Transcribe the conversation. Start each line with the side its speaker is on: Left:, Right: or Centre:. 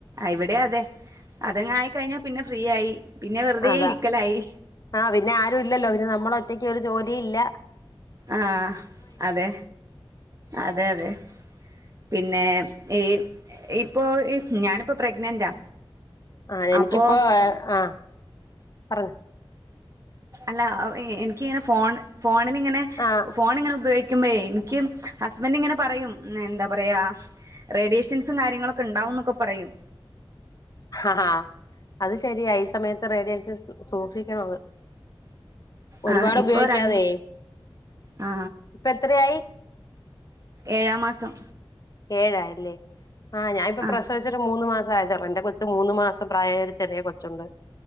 Right: ഇവിടെ അതെ അതെങ്ങ ആയിക്കഴിഞ്ഞ പിന്നെ ഫ്രീ ആയി പിന്നെ വെറുതെ
Left: അതാ
Right: ഇരിക്കലായി
Left: ആഹ പിന്നെ ആരും ഇല്ലല്ലോ പിന്നെ നമ്മള ഒറ്റക്ക് ഒരു ജോലി ഇല്ല
Right: ആഹ അതെ അതെ അതെ പിന്നെ ഏ ഇപ്പൊ ഞാനിപ്പോ പ്രഗ്നന്റാ
Left: ആ എനിക്കിപ്പോ
Right: അപ്പോ
Left: ആഹ പറ
Right: അല്ല എനിക്കിങ്ങനെ ഫോൺ ഫോണിലിങ്ങനെ
Left: ആഹ്
Right: ഫോണിങ്ങനെ ഉപയോഗിക്കുമ്പോ ക്കും ഹസ്ബൻഡ് ഇങ്ങനെ പറയും എന്താ പറയാ റേഡിയേഷൻസും കാര്യങ്ങളൊക്കെ ഉണ്ടാവുംന്നൊക്കെ പറയും
Left: ആഹാ അത് ശരിയാ ഈ സമയത്ത് റേഡിയൻസ് സൂക്ഷിക്കണത് ഒരുപാട്
Right: ആ ഇപ്പൊ
Left: ഉപയോഗിക്കാതെ
Right: രണ്ട് ആ
Left: ഇപ്പ എത്രയായി
Right: ഏഴാം മാസം
Left: ഏഴാഴല്ലേ ആഹ ഞാനിപ്പോ
Right: ആ
Left: പ്രസവിച്ചിട്ട് മൂന്ന് മാസം <unintelligible> എന്റെ കൊച്ച് മൂന്നു മാസം പ്രായായ ഒരു ചെറിയ കൊച്ചുണ്ട്